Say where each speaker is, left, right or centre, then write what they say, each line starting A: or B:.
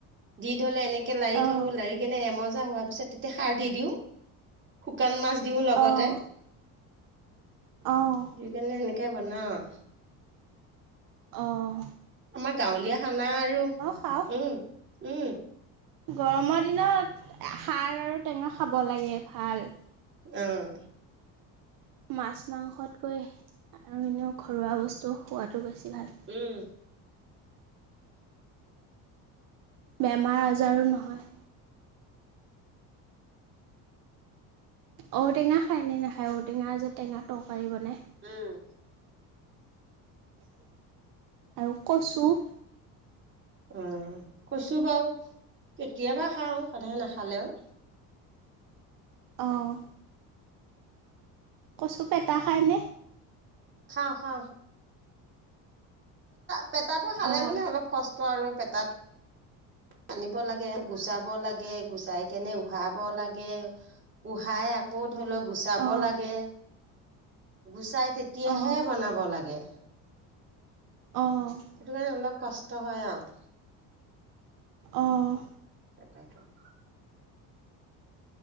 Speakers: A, on the right; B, on the right.
A: দি হলে এনে কে লাৰি
B: অঁ
A: থাকো। লাৰি কেনে এমজা হোৱাৰ পিছত তেতিয়া সাৰ দি দিওঁ। শুকান মাছ দিওঁ লগতে
B: অঁ
A: <inaudible>
B: অঁ
A: দি কেনে এনেকে বনাও আও।
B: অহ।
A: আমাৰ গাঁৱলীয়া খানা আৰু। উম।
B: খাওঁ
A: উম।
B: গৰমৰ দিনত খাৰ আৰু টেঙা খাব লাগে। ভাল।
A: অহ।
B: মাছ- মাংসতকৈ আৰু এনেও ঘৰুৱা বস্তু খোৱাতো বেছি ভাল
A: উম।
B: বেমাৰ-আজাৰো নহয়। ঔটেঙা খাই নে নাখায়? ঔটেঙা যে টেঙা তৰকাৰী বনায়।
A: উম।
B: আৰু কচু <inaudible>
A: অ' কৈছো বাৰু কেতিয়াবা খাওঁ সদায় নাখালেও
B: অ <inaudible> কচু পেতা খায়নে
A: খাও খাও পেতাটো খালে
B: অঁ
A: মানে অলপ কষ্ট আৰু পেতাটো আনিব লাগে গুচাব লাগে গুচাই কেনে উহা লাগে উহাই আকৌ ধৰি লও গুচাব
B: অঁ
A: লাগে গুচাই তেতিয়াহে
B: অঁ
A: বনাব লাগে।
B: অ <inaudible>
A: সেইটো কাৰণে অলপ কষ্ট হয় আৰু
B: অ'
A: কটাটো <inaudible>